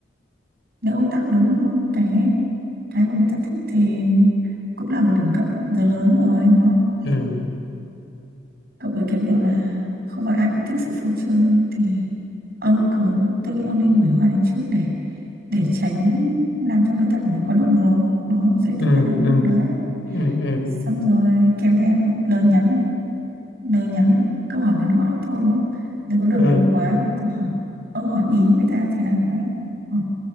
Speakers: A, on the right; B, on the left.
A: nếu ông tặng đúng một cái cái mà người ta thích thì cũng là một điểm cộng rất lớn rồi đúng không
B: ừ
A: cộng với cái việc là không phải ai cũng thích sự phô trương thì ông cứ tôi nghĩ ông nên gửi hoa đến trước để để tránh làm cho người ta cảm thấy quá đột ngột nó dễ
B: ừ
A: tiếp nhận hơn
B: ừ
A: đấy
B: ừ ừ
A: xong rồi kèm theo một lời nhắn một Bé nhắn câu hỏi ngắn gọn thôi đúng không? Đừng có đường
B: ừ
A: đột quá, có thể hỏi. Ông hỏi ý người ta thế nào đấy. Ừ.